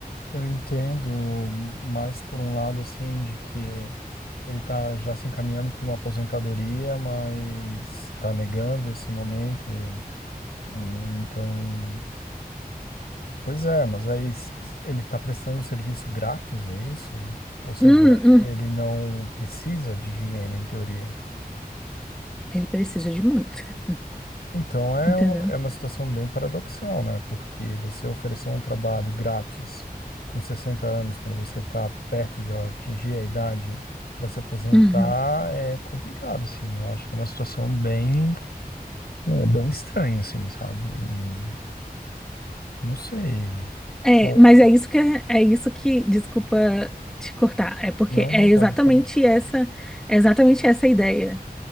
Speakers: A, on the left; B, in the centre.
A: Eu entendo mais por um lado assim de que ele tá já se encaminhando para uma aposentadoria, mas está negando esse momento. Hum, Então Pois é, mas aí se- se ele está prestando um serviço grátis, é isso? Ou seja,
B: Hum, hum.
A: ele não precisa de dinheiro, em teoria.
B: Ele precisa de muito, <laughs>
A: Então é
B: entendeu?
A: uma, é uma situação bem paradoxal, né? Porque você ofereceu um trabalho grátis com 60 anos, quando você está perto de atingir a idade para se aposentar,
B: Uhum.
A: é complicado, assim. Eu acho que é uma situação bem, é, bem estranha, assim, sabe? E não sei.
B: É,
A: Pô,
B: mas é isso que é isso que, desculpa te cortar, é porque
A: não,
B: é
A: não pode
B: exatamente
A: falar.
B: essa, é exatamente essa a ideia.